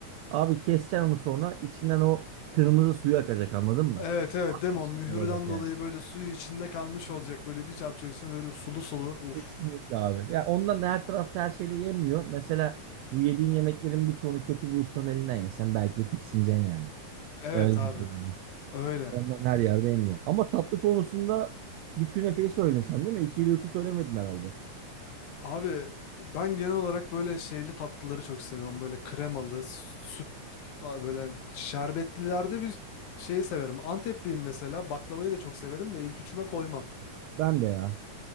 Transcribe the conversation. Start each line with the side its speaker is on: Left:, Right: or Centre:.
Right: Abi keseceksin onu sonra içinden o kırmızı suyu akacak anladın mı?
Left: Evet evet
Right: Az
Left: değil
Right: pişmiş
Left: mi mühürden
Right: olacak yani.
Left: dolayı böyle suyu içinde kalmış olacak böyle bir çarpacaksın böyle sulu sulu uf.
Right: Kesinlikle abi. Ya ondan da her tarafta her şey de yenmiyor. Mesela bu yediğin yemeklerin birçoğunu kötü bir ustanın elinden yesen belki tiksineceksin yani.
Left: Evet
Right: Öyle
Left: abi
Right: bir durum.
Left: öyle.
Right: Ondan her yerde yemiyor. Ama tatlı konusunda bir künefeyi söyledin sen değil mi? 2 ile üçü söylemedin herhalde.
Left: Abi ben genel olarak böyle şeyli tatlıları çok seviyorum böyle kremalı süt a, böyle şerbetlilerde bir şeyi severim. Antepliyim mesela baklavayı da çok severim de ilk üçüme koymam.
Right: Ben de ya.